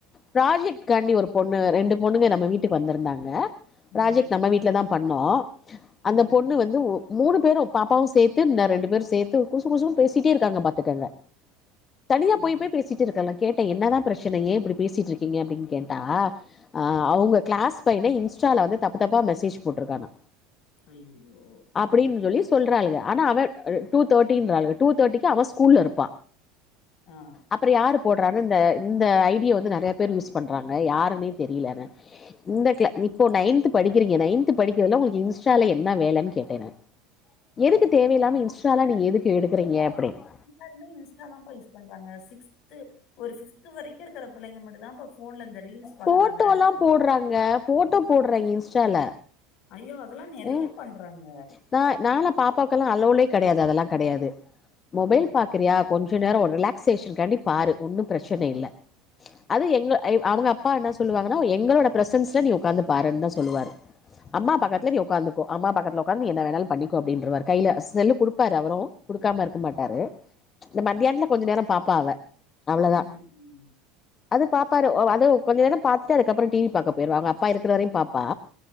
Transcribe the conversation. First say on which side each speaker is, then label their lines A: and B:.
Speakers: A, on the left (about 30°); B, on the left (about 55°).
A: ப்ராஜெக்ட்்காண்டி ஒரு பொண்ணு ரெண்டு பொண்ணுங்க நம்ம வீட்டுக்கு வந்திருந்தாங்க ப்ராஜக்ட்
B: அ,
A: நம்ம வீட்லதா பண்ணோ அந்த
B: ம்,
A: பொண்ணு வந்து மூணு பேரும் பாப்பாவு சேர்த்து இ ரெண்டு பேரும் சேர்த்து குசு குசுன் பேசிட்டே இருக்காங்க பாத்துக்கங்க தனியா
B: ம்.
A: போய் போய் பேசிட்டு இருக்காங் கேட்டே என்னதா பிரச்சனை ஏ இப்டி பேசிட்டு இருக்கீங்க அப்டின்னு கேட்டா அ அவங்க கிளாஸ் பையன இன்ஸ்டால வந்து தப்பு தப்பா மெசேஜ் போட்டிருக்கானா
B: ஐயய்யோ!
A: அப்டின்னு
B: ம்.
A: சொல்லி சொல்றாளுங்க ஆனா அவன் டூ தேர்ட் டின் றாளுக டூ தேட்டிக்கு அவ ஸ்கூல்ல இருப்பா
B: ஆ
A: அப்றோ யாரு போடுறாங்க இந்த இந்த ஐ டி ய வந்து நிறைய பேர் யூஸ் பண்றாங்க யாருன்னே தெரியலன்னு இந்த இப்போ நைன்த் படிக்கிறீங்க நைன்த் படிக்கிறதுல உங்களுக்கு இன்ஸ்டால என்ன வேலைன்னு கேட்டே நா
B: ம்.
A: எதுக்கு தேவையில்லாம இன்ஸ்டாலா
B: ஆனா,
A: நீங்க
B: இப்ப
A: எதுக்கு எடுக்கறீங்க அப்டின்னு
B: எல்லாருமே இன்ஸ்டா தாப்பா யூஸ் பண்றாங்க சிக்ஸ்து ஒரு பிஃப்த் வரைக்கு இருக்கிற பிள்ளைங்க மட்டுந்தாப்பா இப்ப போன்ல இந்த ரீல்ஸ் பார்க்குறாங்க.
A: போட்டோல்லா போடுறாங்க போட்டோ போடுறாங்க இன்ஸ்டால
B: ஐயோ அதெல்லா நெறைய
A: ம்
B: பண்றாங்க
A: நா நாளா பாப்பாக்கெல்லா அல்லோடே கெடையாது அதெல்லா கெடையாது மொபைல்
B: ம்,
A: பாக்கிறியா கொஞ்சோ கொஞ்ச நேரோஸ ஒரு ரிலாக்சேஷன்க்காண்டி பாரு ஒன்னு பிரச்சனை இல்ல அது எங்க அவுங்க அப்பா என்ன சொல்லுவாங்கன்னா எங்களோட பிரசன்ஸ்ல நீ உக்காந்து பாருன்னு தா சொல்லுவாரு அம்மா
B: ம்,
A: பக்கத்துல நீ ஒக் உக்காந்துக்கோ அம்மா பக்கத்துல உக்காந்து என்ன வேணாலு பண்ணக்கோ அப்டின்றவா கையில செல்லு குடுப்பாரு அவுரு குடுக்காம இருக்க மாட்டாரு இந்த மத்தியானத்துல கொஞ்ச நேரோ பாப்ப அவ அவ்ளோதா
B: ம், ம்,
A: அது பாப்பாரு கொஞ்ச நேரோ பாத்துட்டு அதுக்கப்றோ டி வி பாக்க போயிடுவா அவுங்க அப்பா இருக்குற வரையு பாப்பா